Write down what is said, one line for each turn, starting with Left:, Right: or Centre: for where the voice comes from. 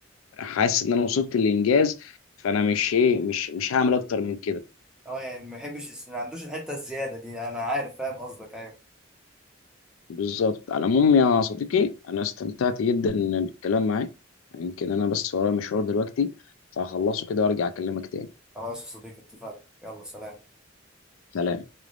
Left: حاسس ان انا وصلت للانجاز فانا مش ايه مش مش هعمل اكتر من كده
Centre: اه يعني ما بحبش ما عندوش الحته الزياده دي انا عارف فاهم قصدك ايوه
Left: بالظبط على العموم يا صديقي انا استمتعت جدا بالكلام معاك يمكن انا بس ورايا مشوار دلوقتي فهخلصه كده وارجع اكلمك تاني
Centre: خلاص يا صديقي اتفقنا يلا سلام
Left: سلام